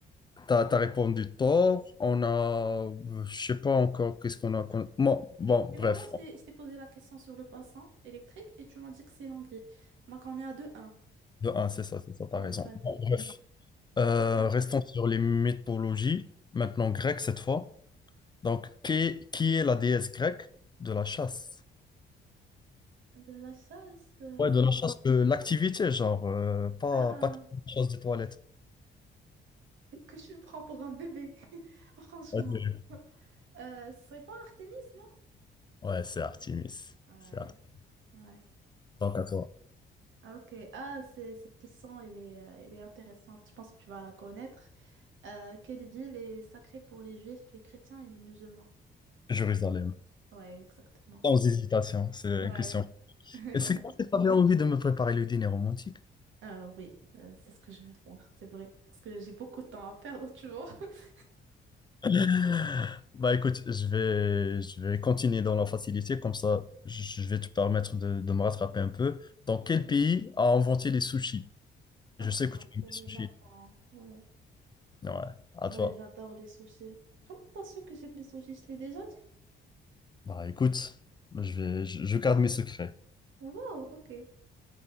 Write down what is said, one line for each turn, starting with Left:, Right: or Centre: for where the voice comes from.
Left: t'as, t'as répondu tort. On a, euh, je sais pas encore qu'est-ce qu'on a. qu'on- Bon, bon,
Right: Et
Left: bref,
Right: maintenant, je t'ai je t'ai posé la question sur le poisson électrique et tu m'as dit que c'est l'anguille. Donc, on est à deux, un.
Left: de un, c'est ça, c'est ça, t'as
Right: Euh,
Left: raison.
Right: Vas-y.
Left: Bon, bref, Euh,
Right: Hmm.
Left: restons sur les mythologies. Maintenant, grecque cette fois. Donc, qui, qui est la déesse grecque de la chasse?
Right: De la chasse. euh,
Left: Ouais, de la chasse, de l'activité, genre, euh, pas,
Right: Un, un.
Left: pas de la chasse des toilettes.
Right: Est-ce que tu me prends pour un bébé? <laughs> Franchement.
Left: Vas-y.
Right: Euh, ce serait pas Artemis, non?
Left: Ouais, c'est Artemis.
Right: Ouais,
Left: C'est Artemis.
Right: ouais.
Left: Donc à toi.
Right: Ah, Ok. Ah, c'est, cette question, elle est, euh, elle est intéressante. Je pense que tu vas la connaître. Euh, quelle ville est sacrée pour les juifs, les chrétiens et les musulmans?
Left: Jérusalem.
Right: Ouais, exactement.
Left: Sans hésitation, c'est
Right: Ouais.
Left: une question.
Right: <laughs>
Left: Et c'est quand tu avais envie de me préparer le dîner romantique?
Right: Euh, oui, euh, c'est ce que je veux faire, c'est vrai. Parce que j'ai beaucoup de temps à perdre, tu vois. <laughs>
Left: <laughs> Bah écoute, je vais, je vais continuer dans la facilité, comme ça je je vais te permettre de, de me rattraper un peu. Dans quel pays a inventé les sushis? Je
Right: Oh,
Left: sais
Right: comment
Left: que tu aimes
Right: c'est
Left: les
Right: le
Left: sushis.
Right: Japon? Ouais,
Left: Ouais, à
Right: Ouais,
Left: toi.
Right: j'adore les sushis. Comment t'as su que j'aime les sushis? Je l'ai déjà dit?
Left: Bah écoute, je vais, je, je garde mes secrets.
Right: Wow, ok.